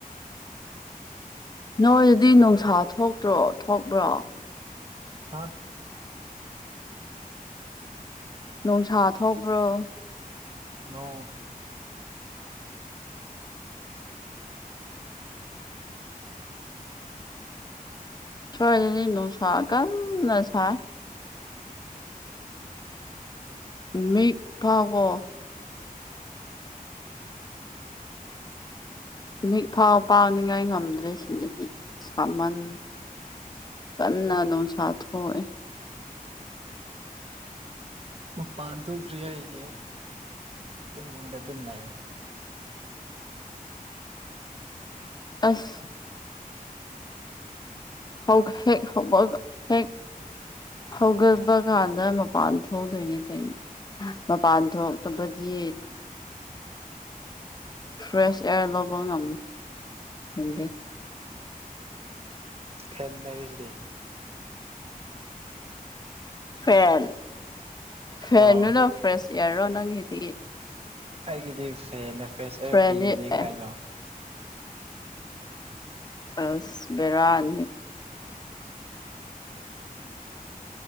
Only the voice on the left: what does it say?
ꯅꯣꯏꯗꯤ ꯅꯨꯡꯁꯥ ꯊꯣꯛꯇ꯭ꯔꯣ ꯊꯣꯛꯕ꯭ꯔꯣ
ꯅꯨꯡꯁꯥ ꯊꯣꯛꯄ꯭ꯔꯣ
ꯁꯣꯏꯗꯅꯤ ꯅꯨꯡꯁꯥ ꯀꯟꯅ ꯁꯥꯏ ꯃꯤ ꯐꯒꯣ ꯃꯤꯐꯥꯎ ꯄꯥꯎꯅꯤꯡꯉꯥꯏ ꯉꯝꯗ꯭ꯔꯦꯁꯤꯡꯗꯗꯤ ꯁꯥꯃꯟ ꯀꯟꯅꯥ ꯅꯣ ꯁꯥꯊ ꯑꯣꯏꯣꯏ
ꯑꯁ ꯍꯒ ꯍꯦ ꯍꯒ ꯍꯦ ꯍꯧꯥꯎꯒꯜꯗ ꯀꯥꯟꯗ ꯃꯄꯥꯟ ꯊꯣꯛꯗꯌꯦ ꯀꯩ ꯃꯥ ꯄꯥꯊꯣꯛ ꯇꯗꯤ ꯐ꯭ꯔꯦꯁ ꯑꯦꯌꯥꯔ ꯂꯧꯕ ꯉ ꯈꯪꯗꯦ
ꯐꯦꯟ ꯐꯦꯟꯗꯨꯅ
ꯐ꯭ꯔꯦꯁ ꯏꯌꯥꯔꯔꯣ ꯅꯪꯒꯤꯗꯤ
ꯐ꯭ꯔꯦꯟꯗꯤ
ꯑꯦ
ꯑꯁ ꯕꯔꯥꯜ